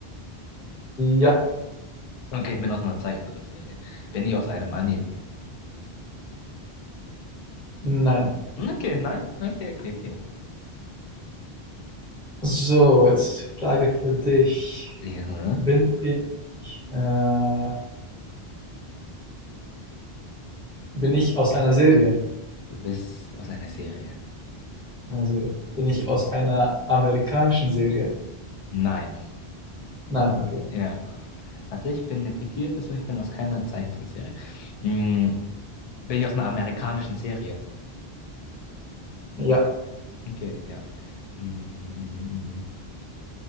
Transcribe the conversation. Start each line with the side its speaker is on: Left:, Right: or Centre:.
Centre: Ja.
Left: Okay, ich bin aus einer Zeichentrickserie. Bin ich aus einem Anime?
Centre: Nein.
Left: Hm, Okay, nein. Okay, okay, okay.
Centre: So, jetzt Frage für dich.
Left: Ja,
Centre: Bin ich, äh, Bin ich aus einer Serie?
Left: du bist aus einer Serie.
Centre: Einer Bin ich aus einer amerikanischen Serie?
Left: Nein.
Centre: Nein, okay.
Left: Ja. Warte, ich bin eine fiktive Person, ich bin aus keiner Zeichentrickserie. Mm, bin ich aus einer amerikanischen Serie?
Centre: Ja,
Left: Okay, ja. Mm, Mhm, mhm.